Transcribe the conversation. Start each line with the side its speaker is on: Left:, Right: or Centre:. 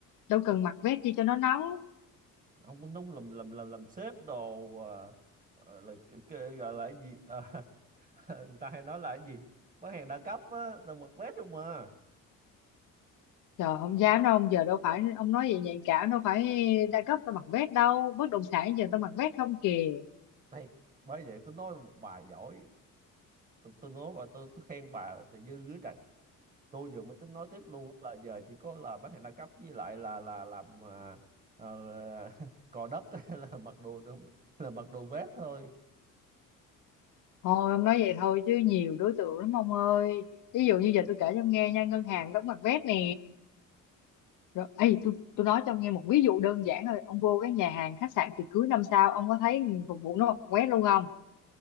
Left: Đâu cần mặc vest chi cho nó nóng.
Right: không đúng làm làm làm làm sếp đồ ờ, ờ, là cái- cái gọi là cái gì Ờ, <laughs> người ta hay nói là cái gì bán hàng đa cấp á tôi mặc vest không mà
Left: Trời không dám đâu ông giờ đâu phải ông nói vậy nhạy cảm đâu phải đa cấp tao mặc vest đâu bất động sản giờ tao mặc vest không kìa
Right: Thiệt bởi vậy tôi nói bà giỏi tôi, tôi nói bà tôi tôi khen bà trời dư á trời tôi vừa mới tính nói tiếp luôn á là giờ chỉ có là bán hàng đa cấp với lại là là làm à, ờ, <laughs> cò đất <laughs> là mặc đồ đồ- là mặc đồ vest thôi
Left: Thôi ông nói vậy thôi chứ nhiều đối tượng lắm ông ơi. Ví dụ như giờ tôi kể cho ông nghe nha, ngân hàng đóng mặt vét nè. Rồi, ấy tôi tôi nói cho ông nghe một ví dụ đơn giản thôi. Ông vô cái nhà hàng khách sạn tiệc cưới năm sao, ông có thấy phục vụ nó mặc vét luôn không?